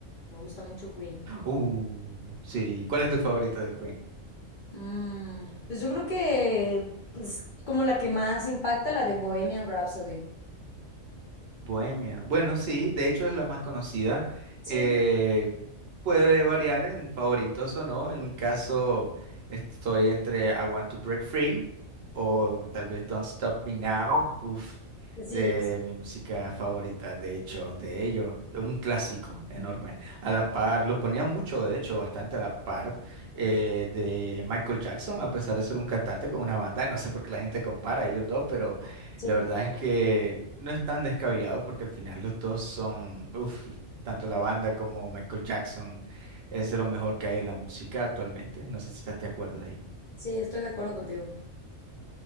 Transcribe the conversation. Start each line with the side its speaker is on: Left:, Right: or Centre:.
Left: Me gusta mucho Queen.
Right: Uh, sí. ¿Cuál es tu favorito de
Left: Mm, pues yo creo que es como la que más impacta, la de Bohemian Rhapsody.
Right: Bohemia. Bueno, sí, de hecho es la más conocida.
Left: Sí,
Right: Eh, puede variar en favoritos o no. En mi caso, estoy entre I Want to Break Free o tal vez Don't Stop Me Now, uf,
Left: sí,
Right: de mi música favorita, de hecho, de ellos. Es un clásico enorme. A la par, lo ponía mucho, de hecho, bastante a la par eh, de Michael Jackson, a pesar de ser un cantante con una banda. No sé por qué la gente compara a ellos dos, pero
Left: sí.
Right: la verdad es que no es tan descabellado porque al final los dos son, uff, tanto la banda como Michael Jackson es de lo mejor que hay en la música actualmente. No sé si estás de acuerdo ahí.
Left: Sí, estoy de acuerdo contigo.